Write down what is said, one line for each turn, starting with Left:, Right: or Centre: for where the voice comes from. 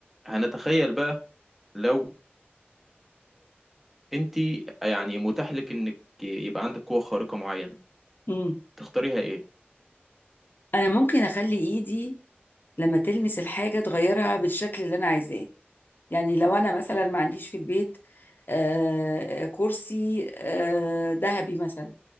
Centre: هنتخيل بقى لو انت يعني متاح لك انك يبقى عندك قوة خارقة معينة
Left: مم.
Centre: تختاريها ايه
Left: انا ممكن اخلي ايدي لما تلمس الحاجه تغيرها بالشكل اللي انا عايزاه يعني لو انا مثلا ما عنديش في البيت آه كرسي آه ذهبي مثلا